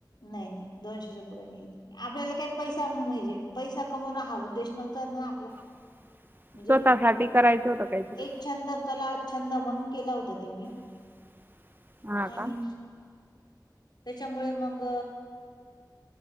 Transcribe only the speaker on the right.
<inaudible>
स्वतःसाठी करायचं होतं काहीतरी?
<inaudible> हा
का